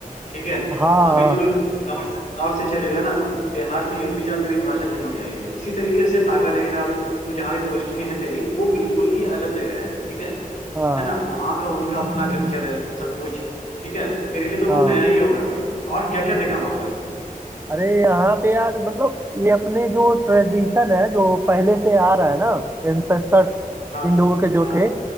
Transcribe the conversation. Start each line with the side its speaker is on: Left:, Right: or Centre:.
Left: ठीक है
Right: हाँ
Left: अभी तू नॉर्थ से- नॉर्थ से चलेगा ना तो बिहार से यूपी जा तेरी भाषा चेंज हो जाएगी इसी तरीके से नागालैंड और तू जहाँ भी पोस्टिंग है तेरी वो बिल्कुल ही अलग जगह है ठीक है
Right: हाँ
Left: है ना वहां का उनका अपना कल्चर है सब कुछ ठीक है तेरे लिए तो वो
Right: हाँ
Left: नया ही होगा भाई और क्या क्या देखा वहां पे
Right: अरे यहाँ पे यार मतलब ये अपने जो ट्रेडिशन है जो पहले से आ रहा है ना एंसेस्टर्स
Left: हाँ
Right: इन लोगों के जो
Left: हाँ
Right: थे